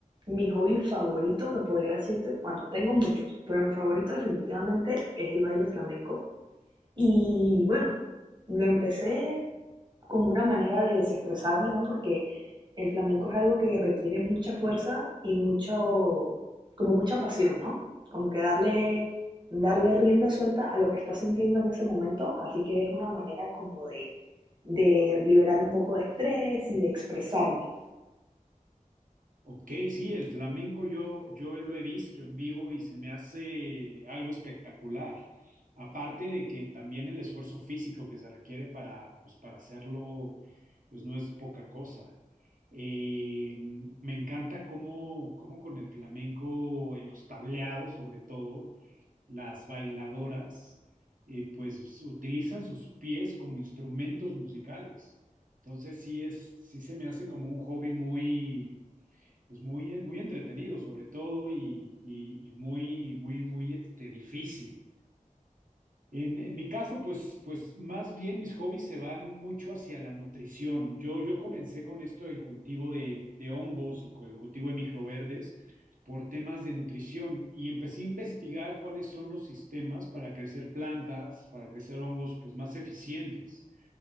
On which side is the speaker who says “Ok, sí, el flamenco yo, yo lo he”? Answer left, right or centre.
Right